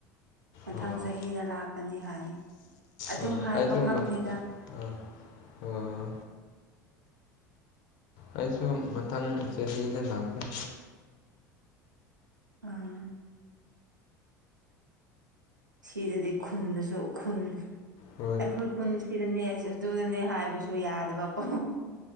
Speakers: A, on the right; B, on the left.
A: ꯃꯊꯪ
B: ꯑꯣ
A: ꯆꯍꯤꯗ ꯂꯥꯛꯀꯅꯤ ꯍꯥꯏ ꯑꯗꯨ
B: ꯑꯣ
A: ꯍꯥꯏꯕ
B: ꯑꯩꯁꯨ
A: ꯉꯝꯂꯦꯗ
B: ꯃꯠ ꯑꯥ ꯑꯣ ꯑꯩꯁꯨ ꯃꯊꯪ ꯆꯍꯤꯗ ꯂꯥꯛꯅꯤ
A: ꯑꯥ ꯁꯤꯗꯗꯤ ꯈꯨꯟꯗꯁꯨ ꯈꯨꯟ
B: ꯍꯣꯏ
A: ꯑꯩꯈꯣꯏ ꯈꯨꯟ ꯁꯤꯗꯅꯦ ꯑꯗꯨꯗꯅꯦ ꯍꯥꯏꯕꯁꯨ ꯌꯥꯗꯕꯀꯣ